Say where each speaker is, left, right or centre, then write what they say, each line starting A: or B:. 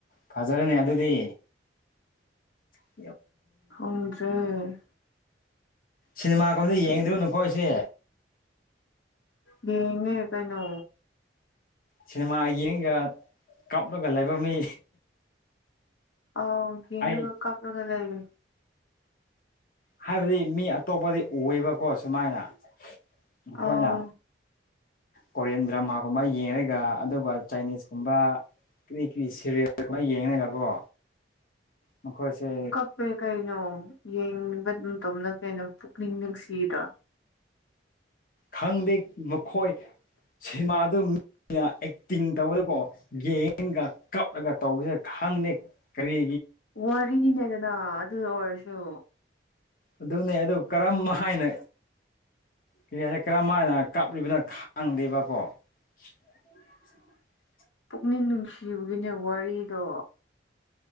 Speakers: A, on the left; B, on the left.
A: ꯐꯖꯔꯅꯦ ꯑꯗꯨꯗꯤ ꯎꯝ
B: ꯍꯦ
A: ꯁꯤꯅꯦꯃꯥ ꯀꯣꯟꯗ ꯌꯦꯡꯗꯣꯏꯣ ꯅꯈꯣ ꯑꯩꯁꯦ
B: ꯌꯦꯉꯦ ꯀꯩꯅꯩꯅꯣ
A: ꯁꯤꯅꯦꯃꯥ ꯌꯦꯡꯒ ꯀꯥꯞꯂꯒ ꯂꯩꯕꯝ ꯃꯤ
B: ꯑ ꯌꯦꯒ
A: ꯑꯩ
B: ꯀꯥꯄ꯭ꯂꯒꯂ ꯏꯦ
A: ꯍꯥꯏꯕꯗꯤ ꯃꯤ ꯑꯇꯣꯞꯄꯗꯤ ꯎꯕꯀꯣ ꯁꯨꯃꯥꯏꯅ ꯑꯩꯈꯣꯏꯅ
B: ꯑꯥꯎ
A: ꯀꯣꯔꯤꯌꯥꯟ ꯗ꯭ꯔꯃꯥꯒꯨꯝꯕ ꯌꯦꯡꯉꯒ ꯑꯗꯨꯒ ꯆꯥꯏꯅꯤꯁꯀꯨꯝꯕ ꯀꯔꯤ ꯀꯔꯤ ꯁꯦꯔꯤꯜ ꯈ ꯌꯦꯡꯉꯒꯀꯣ ꯃꯈꯣꯏꯁꯦ
B: ꯀꯞꯄꯦ ꯀꯩꯅꯣ ꯌꯦꯡꯅꯤꯡꯕꯇꯣꯝꯅ ꯀꯩꯅꯣ ꯄꯨꯛꯅꯤꯡ ꯅꯨꯡꯁꯤꯔꯣ
A: ꯈꯪꯗꯦ ꯃꯈꯣꯏ ꯁꯤꯃꯥꯗꯨ ꯑꯩꯅ ꯑꯦꯛꯇꯤꯡ ꯇꯧꯕꯗꯀꯣ ꯒꯦꯟꯒ ꯀꯞꯂꯒ ꯇꯧꯕꯁꯦ ꯈꯪꯗꯦ ꯀꯔꯤ
B: ꯋꯥꯔꯤꯅꯦꯗꯅ ꯑꯗꯨꯗ ꯑꯣꯏꯔꯁꯨ
A: ꯑꯗꯨꯅꯦ ꯑꯗꯨ ꯀꯔꯝ ꯍꯥꯏꯅ ꯀꯔꯤꯌꯥꯁꯦ ꯀꯔꯝꯥꯏꯅ ꯀꯥꯞꯂꯤꯕꯅꯣ ꯈꯥꯡꯗꯦꯕꯀꯣ <unintelligible>
B: ꯄꯨꯛꯅꯤꯡ ꯅꯨꯡꯁꯤꯕꯒꯤꯅꯦ ꯋꯥꯔꯤꯗꯣ